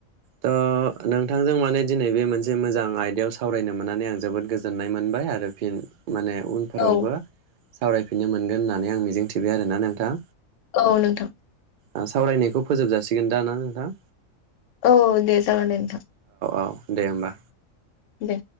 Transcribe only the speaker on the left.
औ
औ नोंथां।
औ दे जागोन दे नोंथां।
दे।